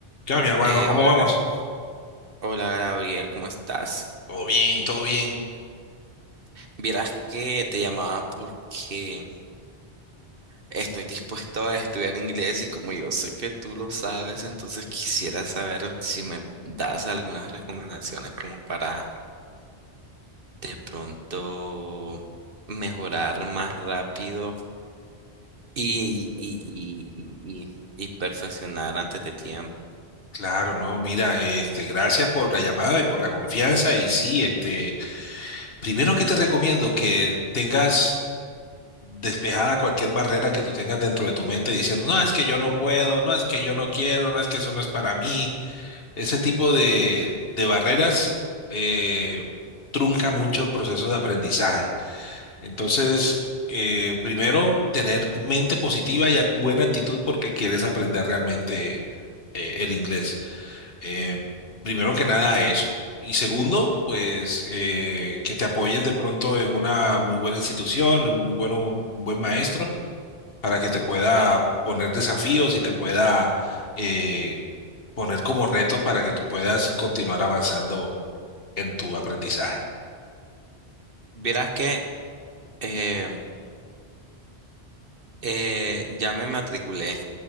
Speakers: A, on the left; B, on the right.
A: Ya, mi hermano,
B: Eh,
A: ¿cómo
B: hola,
A: vamos?
B: Ga- hola Gabriel, ¿cómo estás?
A: Todo bien, todo bien.
B: Vieras que te llamaba porque estoy dispuesto a estudiar inglés y como yo sé que tú lo sabes, entonces quisiera saber si me das algunas recomendaciones como para de pronto mejorar más rápido y, y, y, y, y- y perfeccionar antes de tiempo.
A: Claro, no, mira, este, gracias por la llamada y por la confianza. Y sí, este, primero que te recomiendo que tengas despejada cualquier barrera que tú tengas dentro de tu mente diciendo, no, es que yo no puedo, no, es que yo no quiero, no, es que eso no es para mí. Ese tipo de, de barreras eh, trunca mucho el proceso de aprendizaje. Entonces, eh, primero, tener mente positiva y a- buena actitud porque quieres aprender realmente eh, el inglés. Eh, primero que nada, eso. Y segundo, pues eh, que te apoyes de pronto en una muy buena institución, un muy bueno, un buen maestro, para que te pueda poner desafíos y te pueda eh, poner como retos para que tú puedas continuar avanzando en tu aprendizaje.
B: Vieras que eh, eh, ya me matriculé,